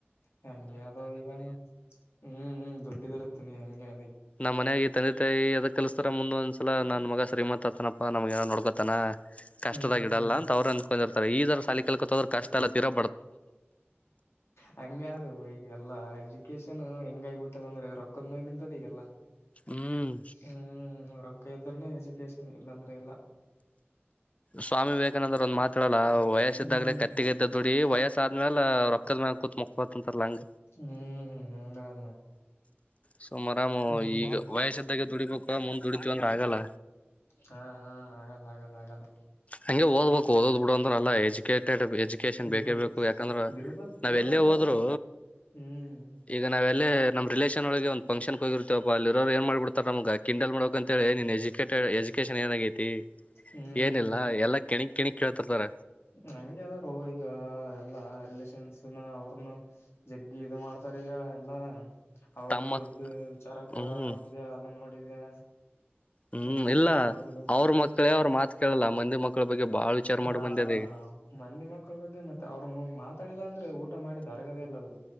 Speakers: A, on the left; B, on the left.
A: ಹೆಂಗಗೆ ಅದ ಈಗ ಹ್ಮ್ ಹ್ಮ್ ದುಡ್ಡಿದಿ ಇರುತ್ತ ನೀ ಹೆಂಗೆ
B: ನಮ್ಮ್ ಮನ ಆಗತ್ತು ತಂದೆ ತಾಯಿ ಅದಕ್ ಕಲಸತಾರ ಮುಂದ ಒಂದ್ಸಲ ನನ್ ಮಗ ಶ್ರಮ ತನಪ್ಪ ನಮಗೆನ ನೋಡ್ಕ ತ್ತನ್ನ ಕಷ್ಟದಾಗಿ
A: ಹ್ಮ್
B: ಇಡಲ್ಲ ಅಂತ ಅವ್ರರು ಅನ್ಕೊಂಡಿರ್ತಾರೆ ಈದರ ಸಾಲ ಕಲ್ಕತದ್ರರು ಕಷ್ಟ ಎಲ್ಲೀರ
A: ಹಂಗ ಅದು ಈಗೆಲ್ಲಾ ರೇಶನ್ ಹ ಹೆಂಗ ಆಬ ಬಿಟ್ಟದಂದ್ರೆ ರೊಕ್ಕದ ಮೇಲೆ ನಿಂತದ ಈಗಲ್ಲ
B: ಹ್ಮ್
A: ಹ್ಮ್ ದ್ರನೇ ಎಜುಕೇಶನ್ ಇಲ್ಲಾಂದ್ರೆ ಇಲ್ಲ
B: ಸ್ವಾಮಿ ವಿವೇಕಾನಂದರ ಒಂದ್ ಮಾತ ಇಲ್ಲ ವಯಸ್ಸ್ದಾಗಲೇ
A: ಹ್ಮ್
B: ಕತ್ತಿಗ ಇದ್ದದುಡಿ ವಯಸ್ ಸ ಆದ್ಮೇ ರೊಕ್ಕದ ಮ್ಯಾಗ ಕೂತ್ ಮುಕ್ಕಕತ್ಂತರ್ಲಂಗ
A: ಹ್ಮ್ ಹ್ಮ
B: ಸುಮರಾಮ್
A: ಹ್ಮ್
B: ಈಗ ವಯಸ್ಸ್ದಾಗೆ ದುಡಿಬೇಕು ಮುಂದ ದುಡಿತವಿ ಅಂದ್ರೆ ಆಗಲ್ಲ
A: ಹಾ ಹಾ ಆಗಲ್ಲ ಆಗಲ್ಲ ಆಗಲ್ಲ
B: ಹಂಗೆ ಓದ ಓದ್ ಬಿಡು ಅಂದ್ರೆಲ್ಲ ಎಜುಕಟೆಡ್ ಎಜುಕೇಶನ್ ಬೇಕೇ
A: ಇರ್ಬ
B: ಬೇಕು ಯಾಕಂದ್ರೆ
A: ಇರ್ಬೇಕು
B: ನಾವೆಲ್ಲೇ
A: ಬಟ್
B: ಹೋದ್ರು
A: ಹ್ಮ್
B: ಈಗ ನಾವೆಲ್ಲ ನಮ್ಮ ರಿಲೇಷನ್ ಒಳ ಒಂದು ಫಕ್ಷನ್ ಹೋಗಿರ್ತವಪ್ಪ ಅಲ್ಲಿ ಇರೋರು ಏ ಮಾಡ್ಬಿಡ್ತ ನಮಗೆ ಕಿಂಡಲ್ ಮಾಡಕ ಅಂತಿ ನೀನು ಎಜುಕೇಟಡ್ ಎುಕಷನ್ ಏನಾಗೈತಿ
A: ಹ್ಮ್
B: ಏನಲ್ಲ ಎಲ್ಲ ಕೆಣಿ ಕೆಣಿಕ್ ಕೇಳ್ತಿರ್ತಾರ
A: ಹಂಗಗೆ ಅದಾರು ಈಗ ಎಲ್ಲಾ ರಿಲೇಷನ್ಸ್ನ ಅವ್ರನು ಜಗ್ಗಿ ಇ ಮಾಡ್ತಾರ ಈಗ ಎಲ್ಲ ಅವ್ರನ್ನ
B: ತಮ್ಮ
A: ದುಡ್ಡ ವಿಚಾರಕ್ಕ
B: ಹ್ಮ್
A: ನೋಡಿದೆ ಅದು ನೋಡಿದೆ
B: ಹ್ಮ್
A: ಎಜುಕೇಶನ್
B: ಇಲ್ಲ
A: ನೋಡಿದೆ
B: ಅವ್ರ ಮಕ್ಕಳೇ ಅವ್ರ ಮಾತ್ ಕೇಳಲ್ಲ ಮಂದಿ ಮಕ್ಕಳ ಬಗ್ಗೆ ಬಾಳ ವಿಚಾರ ಮಾಡ
A: ಹ
B: ಮಂದಿ ಅದ ಈಗ
A: ಮಂದಿ ಮಕ್ಕಳ ಬಗ್ಗೆ ಮತ್ತೆ ಅವ್ರ ಮಾತಾಡಿಲ್ಲ ಅಂದ ಊಟ ಮಾಡಿ ದರಗದೇ ಇಲ್ಲ ಅವ್ರೀ